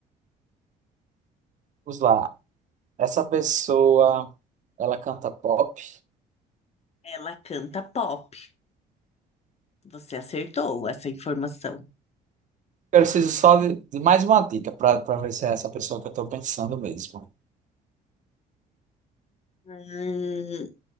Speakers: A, on the right; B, on the left.
A: Vamos lá. Essa pessoa, ela canta pop.
B: Ela canta pop. Você acertou essa informação.
A: Eu preciso só de, de mais uma dica para para ver se é essa pessoa que eu tô pensando mesmo.
B: Hum,